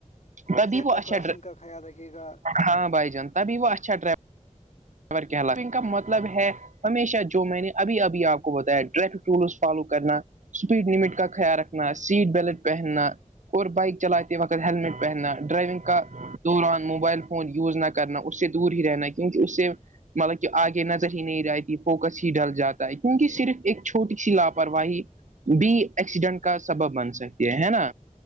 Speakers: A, on the right; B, on the left.
A: تبھی
B: زیبرا
A: وہ اچھا
B: کراسنگ کا خیال رکھے گا
A: ہاں بھائی جان تبھی وہ اچھا ڈور خ کہات ان کا مطلب ہے ہمیشہ جو میں نے ابھی ابھی آپ کو بتایا ٹریک رولس فالو کرنا اسپیڈ لمٹ کا خیال رکھنا سیٹ بیلٹ پہننا اور بائک چلاتے وقت ہیلمیٹ پہننا ڈرائیونگ کا دوران موبائل فون یوز نہ کرنا اس سے دور ہی رہنا کیونکہ اس سے مطلب کہ آگے نظر ہی نہیں رہی فوکس ہی ڈل جاتا ہے کیونکہ صرف ایک چھوٹی سی لاپرواہی بھی ایکسیڈنٹ کا سبب بن سکتی ہے ہے نا